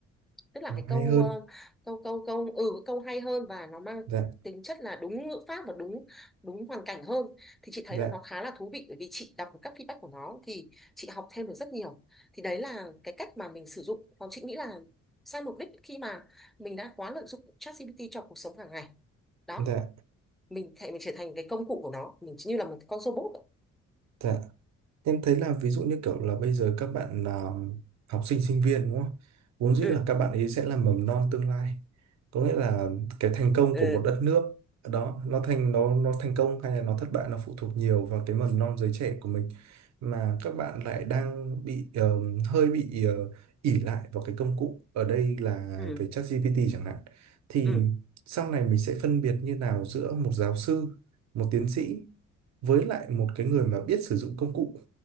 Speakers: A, in the centre; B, on the right.
A: tức là
B: nó
A: cái
B: hay
A: câu
B: hơn
A: ờ, câu câu câu ừ câu hay hơn và nó mang
B: dạ
A: tính chất là đúng ngữ pháp và đúng đúng hoàn cảnh hơn thì chị thấy
B: dạ
A: là nó khá là thú vị bởi vì chị đọc các feedback của nó thì chị học thêm được rất nhiều thì đấy là cái cách mà mình sử dụng còn chị nghĩ là sai mục đích khi mà mình đã quá lợi dụng ChatGPT cho cuộc sống hàng ngày đó
B: dạ
A: mình thể mình trở thành cái công cụ của nó mình như là một con robot
B: dạ Em thấy là ví dụ như kiểu là bây giờ các bạn à, học sinh sinh viên đúng không? Vốn dĩ
A: ừ
B: là các bạn ấy sẽ là mầm non tương lai. Có nghĩa là cái thành công
A: ừ
B: của một đất nước đó nó thành nó nó thành công hay là nó thất bại nó phụ thuộc nhiều vào cái mầm non giới trẻ của mình mà các bạn lại đang bị ờ, hơi bị ờ, ỷ lại vào cái công cụ ở đây là
A: ừ
B: về ChatGPT chẳng hạn thì
A: ừ
B: sau này mình sẽ phân biệt như nào giữa một giáo sư, một tiến sĩ với lại một cái người mà biết sử dụng công cụ